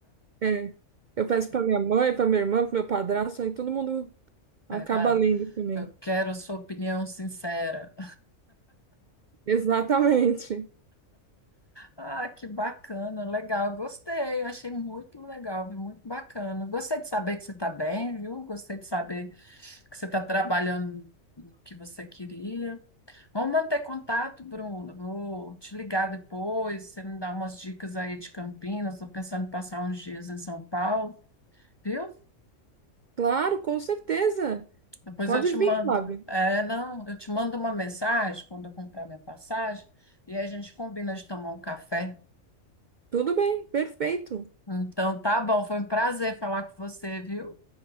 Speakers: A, on the right (about 60°); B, on the left (about 30°).
A: É. Eu peço para minha mãe, para minha irmã, para meu padrasto, aí todo mundo
B: Aí
A: acaba
B: fala,
A: lendo também.
B: eu quero a sua opinião sincera.
A: Exatamente.
B: Ah, que bacana, legal, gostei, eu achei muito legal, viu? muito bacana. Gostei de saber que você está bem, viu? Gostei de saber que você está trabalhando no que você queria. Vamos manter contato, Bruno. Vou te ligar depois, você me dá umas dicas aí de Campinas. Estou pensando em passar uns dias em São Paulo, viu?
A: Claro, com certeza.
B: Depois
A: Pode
B: eu te
A: vir,
B: mando.
A: Flávio.
B: É, não, eu te mando uma mensagem quando eu comprar minha passagem e aí a gente combina de tomar um café.
A: Tudo bem, perfeito.
B: Então, tá bom. Foi um prazer falar com você, viu?